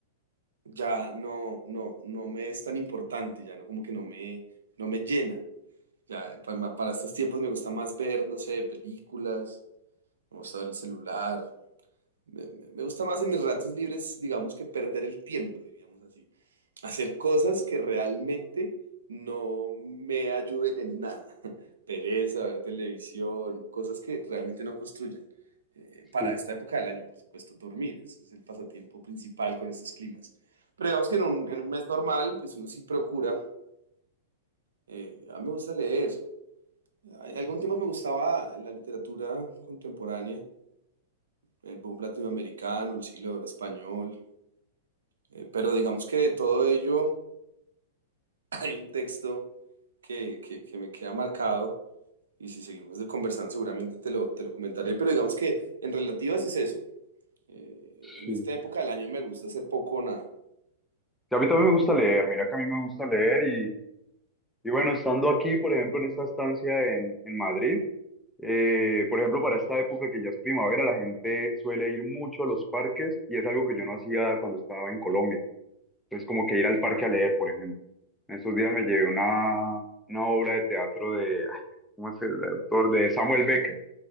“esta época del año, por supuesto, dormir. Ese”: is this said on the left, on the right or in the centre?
Right